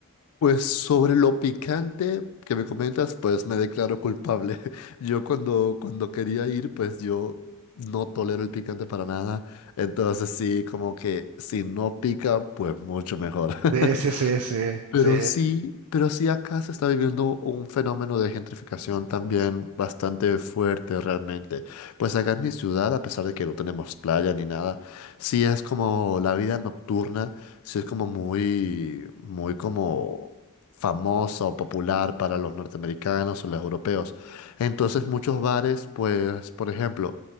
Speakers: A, on the left (about 80°); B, on the right (about 80°).
A: Pues sobre lo picante que me comentas, pues me declaro culpable. <laughs> Yo cuando, cuando quería ir, pues yo no tolero el picante para nada. Entonces sí, como que si no pica, pues mucho mejor.
B: Sí,
A: <laughs>
B: sí, sí, sí,
A: Pero
B: sí.
A: sí, pero sí acá se está viviendo un fenómeno de gentrificación también bastante fuerte realmente. Pues acá en mi ciudad, a pesar de que no tenemos playa ni nada, sí es como la vida nocturna, sí es como muy, muy como famosa o popular para los norteamericanos o los europeos. Entonces muchos bares, pues, por ejemplo,